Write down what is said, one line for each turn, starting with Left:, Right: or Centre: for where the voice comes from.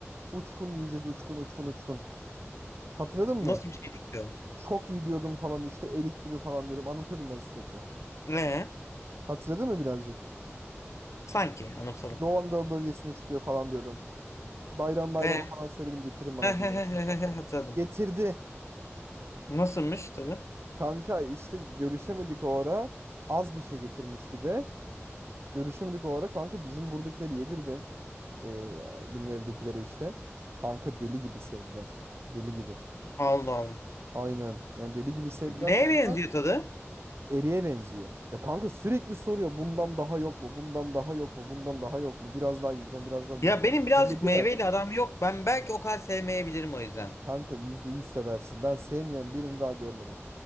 Right: uçkun yiyeceğiz uçkun uçkun uçkun. Hatırladın mı?
Left: Nasıl bir şeydi ki o?
Right: Çok iyi diyordum falan işte erik gibi falan diyordum. Anlatıyordum ben sürekli.
Left: Ee,
Right: Hatırladın mı birazcık?
Left: sanki anımsadım.
Right: Doğu Anadolu bölgesinde çıkıyor falan diyordum. Bayram bayrama
Left: Ee,
Right: falan söyledim getirin bana
Left: <laughs>
Right: diye.
Left: hatırladım.
Right: Getirdi.
Left: Nasılmış tadı?
Right: Kanka işte görüşemedik o ara. Az bir şey getirmiş bir de. Görüşemedik o ara. Kanka bizim buradakileri yedirdim. Ee, benim evdekileri işte. Kanka deli gibi sevdiler. Deli gibi.
Left: Allah Allah.
Right: Aynen. Yani deli gibi sevdiler
Left: Neye
Right: kanka.
Left: benziyor tadı?
Right: Eriye benziyor. Ya kanka sürekli soruyor. Bundan daha yok mu? Bundan daha yok mu? Bundan daha yok mu? Biraz daha yiyeceğim. Biraz daha yiyeceğim.
Left: Ya benim birazcık
Right: Delirdiler.
Left: meyveyle aram yok. Ben belki o kadar sevmeyebilirim o yüzden.
Right: Kanka %100 seversin. Ben sevmeyen birini daha görmedim.